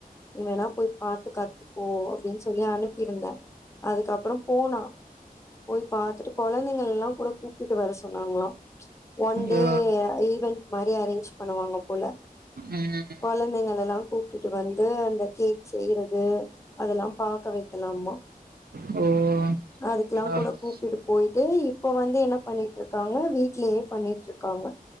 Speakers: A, on the left; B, on the right.
A: நீ வேணா போய் பாத்து கத்துக்கோ அப்டின் சொல்லி அனுப்பிருந்தே அதுக்கப்பறம் போனா போய் பாத்துட்டு கொழந்தைங்களெல்லா கூட கூப்டுட்டு வர சொன்னாங்களா ஒன் டே
B: ஓ
A: ஈவன்ட் மாரி அரேஞ்ச் பண்ணுவாங்க போல
B: ம்
A: கொழந்தைங்களெல்லா கூப்டுட்டு வந்து அந்த கேக் செய்றது அதெல்லாம் பாக்க வெ க்கலாம்மா
B: ஓ
A: அ அதுக்குலாங்
B: அப்பா
A: கூட கூப்டுட்டு போயிட்டு இப்ப வந்து என்ன பண்ணிட்டுருக்காங்க வீட்லியே பண்ணிட்டுருக் காங்க